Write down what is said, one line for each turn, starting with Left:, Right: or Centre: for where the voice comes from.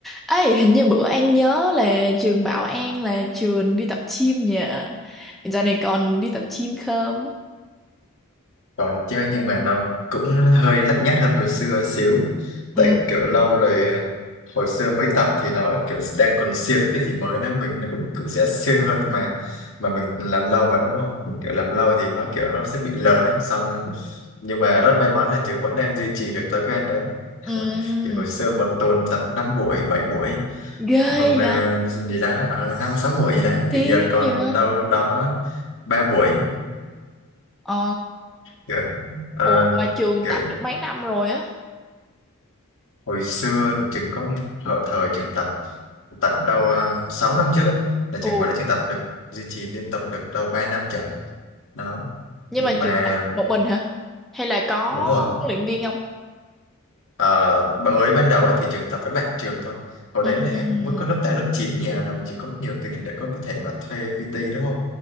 Centre: ấy hình như bữa An nhớ là trường bảo An là trường đi tập gym nhỉ giờ này còn đi tập gym không
Left: còn chứ nhưng mà nó cũng hơi lắt nhắt hơn hồi xưa xíu
Centre: ừ
Left: tại kiểu lâu rồi hồi xưa mới tập thì nó kiểu đang còn siêng cái gì mới đó mình nó cũng, cũng sẽ siêng hơn mà mà mình làm lâu mà đúng không kiểu làm lâu thì nó kiểu nó sẽ bị lờn ấy xong nhưng mà rất may mắn là trường vẫn đang duy trì được thói quen đấy <laughs>
Centre: ừ
Left: kiểu hồi xưa một tuần tập 5 buổi 7 buổi
Centre: ghê
Left: hoặc là
Centre: vậy
Left: gì đó ở 5 6 buổi gì đấy
Centre: tiếng
Left: thì giờ còn
Centre: vậy
Left: đâu đó 3 buổi
Centre: ờ
Left: kiểu, ờ,
Centre: ồ mà trường
Left: kiểu
Centre: tập được mấy năm rồi á
Left: hồi xưa trường có một thời, thời trường tập tận đâu uh, 6 năm trước á, là trường
Centre: ồ
Left: hồi đó trường tập được duy trì liên tục được đâu 3 năm trời đó
Centre: nhưng
Left: nhưng
Centre: mà
Left: mà
Centre: trường tập một mình hả hay là có
Left: đúng rồi
Centre: huấn luyện viên không
Left: Ờ, mới ban đầu ấy thì trường tập với bạn trường thôi hồi
Centre: ừ
Left: đấy là mới có lớp 8 lớp chín nhà làm chỉ có nhiều tiền để có thể mà thuê PT đúng không